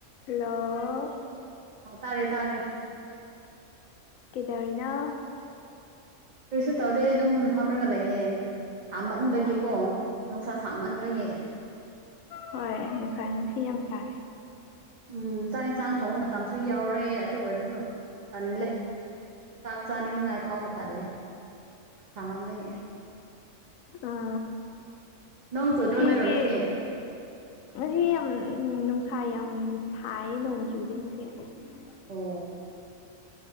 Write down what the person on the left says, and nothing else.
ꯍꯜꯂꯣ꯫
ꯀꯦꯗꯧꯔꯤꯅꫭ꯫
ꯑꯣ
ꯎꯝ ꯍꯣꯏ ꯅꯨꯡꯁꯥꯏ ꯉꯁꯤ ꯌꯥꯝ ꯁꯥꯏ꯫
ꯑ꯫
ꯏꯆꯦꯒꯤ꯫
ꯉꯁꯤ ꯌꯥꯝ ꯅꯨꯡꯁꯥ ꯌꯥꯝ ꯁꯥꯏ ꯅꯣꯡ ꯆꯨꯗꯦ ꯉꯁꯤ꯫ INAUDIBLE